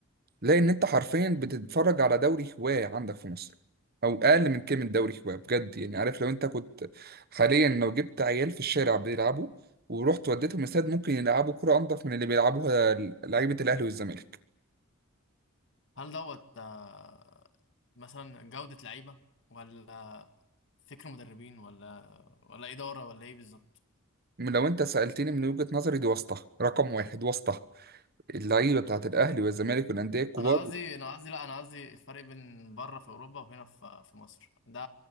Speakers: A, on the right; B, on the left.
A: لان انت حرفيا بتتفرج على دوري هواه عندك في مصر او اقل من كلمه دوري هواه بجد يعني عارف لو انت كنت حاليا لو جبت عيال في الشارع بيلعبوا ورحت وديتهم استاد ممكن يلعبوا كرة انضف من اللي بيلعبوها لعيبه الاهلي والزمالك
B: هل دوت آه، مثلا جوده لعيبه ولا فكر مدربين ولا ولا اداره ولا ايه بالظبط
A: لو انت سالتني من وجهه نظري دي واسطه رقم واحد واسطه اللعيبه بتاعت الاهلي والزمالك والانديه الكبار
B: انا قصدي انا قصدي لا انا قصدي الفرق بين بره في اوروبا وهنا في في مصر ده